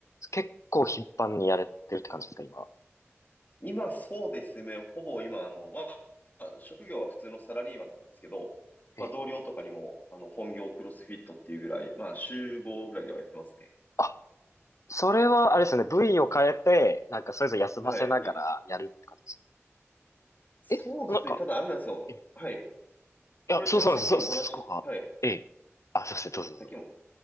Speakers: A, on the left; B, on the left.
A: 結構頻繁にやれてるって感じですか、今。
B: 今、そうですね。ほぼ今、あの、まあ、職業は普通のサラリーマンなんですけど、まあ、
A: ええ。
B: 同僚とかにも、あの、本業クロスフィットっていうぐらい、まあ、週5ぐらいではやってますね。
A: あ、それはあれですよね。部位を変えて、なんかそれぞれ休ませながらやるって感じです
B: はい。そうですね。
A: ね。え、なんか、
B: ただ、あれなんですよ。
A: えい
B: はい。
A: や、
B: これちょっとさっきもお話、
A: そうそうなんです。そ、そそこが。
B: はい。
A: ええ。あ、すいません。どうぞどうぞ。
B: さっきも